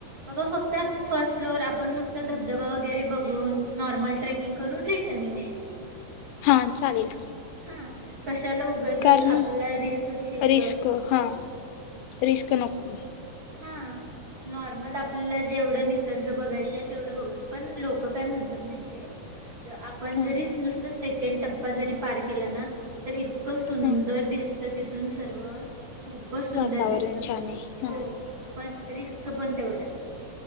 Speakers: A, on the right; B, on the left.
A: बाबा फक्त फर्स्ट फ्लोर आपण नुसतं धबधबा वैगरे बघून नॉर्ल ट्रेकिंग करून रिटन येऊ.
B: हा चालेल.
A: हा. कशाला उगाचंच
B: कारण
A: आपला रिस्क घ्यायचं.
B: रिस्क हा रिस्क नको.
A: हा नॉर्मल आपल्याला जेवढं निसर्ग बघायचा आहे तेवढं बघू पण लोक काय म्हणतात माहिताय आपण
B: हा
A: जरीच नुसतं सेकंड टप्पा जरी पार केला ना तरी इतकं सुंदर
B: हा
A: दिसत. तर तिथून सर्व खूपच सुंदर
B: वातावरण
A: दिसतं
B: छान आहे हा.
A: हो. पण रिस्क पण तेवढंच.